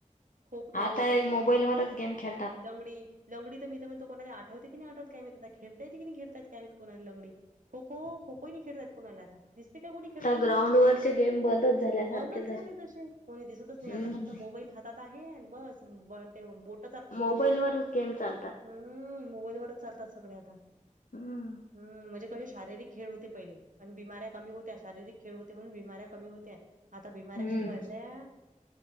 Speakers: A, on the right; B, on the left.
A: खो-खो
B: आता मोबाईलवरच गेम खेळतात.
A: लंगडी लंगडी तर मी तर म्हणतो. कोणाले आठवते की, नाही आठवते काय माहित खेलता येतं की नाही खेलता येत काय माहित लंगडी. खो-खो खो-खोही नाही खेळता येत कोणाला आता. दिसते काय कोणी खेळताना
B: ग्राउंड
A: आता
B: वरचे गेम बंदच झाल्यासारखे
A: बंदच झाले जसे कोणी दिसतच नाही
B: हम्म.
A: आता फक्त मोबाईल हातात. आता हे आहे बस हम बन ते बूट.
B: मोबाईलवरच गेम चालतात.
A: हम्म मोबाईलवरचं चालतात सगळे आता
B: हम्म.
A: हम्, म्हणजे कसे शारीरिक खेळ होते. पहिले पण बिमाऱ्या कमी होत्या शारीरिक खेळ होते म्हणून बिमाऱ्या होत्या. आता बिमाऱ्या
B: हम्म.
A: किती वाढल्या.